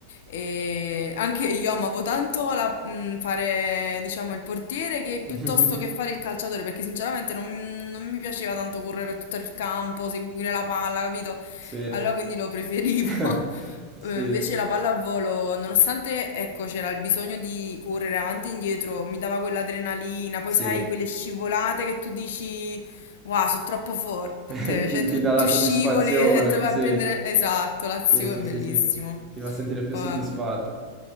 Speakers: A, on the left; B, on the right.
A: E anche io amavo tanto la- mh, fare, diciamo, il portiere che
B: <laughs>
A: piuttosto che fare il calciatore, perché sinceramente non, non mi piaceva tanto correre per tutto il campo, seguire la palla, capito?
B: Sì.
A: Allora quindi lo preferivo.
B: <laughs>
A: <laughs>
B: Sì,
A: Eh, Invece la pallavolo, nonostante, ecco, c'era il bisogno di correre avanti e indietro, mi dava quell'adrenalina, poi
B: sì.
A: sai, quelle scivolate che tu dici, wow, sono troppo forte,
B: <laughs> Ti,
A: cioè tu,
B: ti dà la
A: tu
B: soddisfazione,
A: scivoli e te vai
B: sì.
A: a prendere, esatto, l'azione,
B: Sì, sì,
A: bellissimo.
B: sì, sì. Ti fa sentire più
A: Poi,
B: soddisfatto.
A: vabbè.